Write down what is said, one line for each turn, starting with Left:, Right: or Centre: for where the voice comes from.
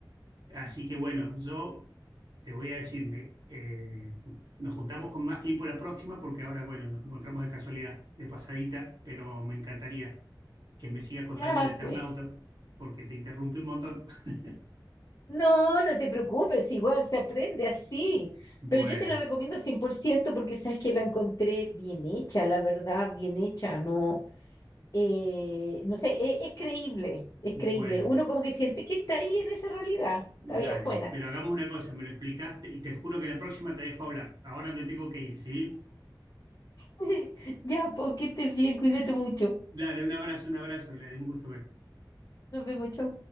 Right: así que bueno, yo te voy a decir, me- eh, nos juntamos con más tiempo la próxima porque ahora, bueno, nos encontramos de casualidad, de pasadita, pero me encantaría que me sigas contando
Left: Ya,
Right: del Eternauta
Left: pues.
Right: porque te interrumpí un montón. <laughs>
Left: No, no te preocupes, igual se aprende así.
Right: Bueno,
Left: Pero yo te la recomiendo 100% porque sabes que la encontré bien hecha, la verdad, bien hecha. No, eh, no sé, e- es, creíble, es
Right: bueno.
Left: creíble. Uno como que siente que está ahí en esa realidad.
Right: Dale,
Left: Está bien buena.
Right: pero hagamos una cosa, me lo explicaste y te juro que la próxima te dejo hablar. Ahora me tengo que ir, ¿sí?
Left: <laughs> Ya, pues, que estés bien, cuídate mucho.
Right: Dale, un abrazo, un abrazo, le Gladys, un gusto verte.
Left: Nos vemos, chau.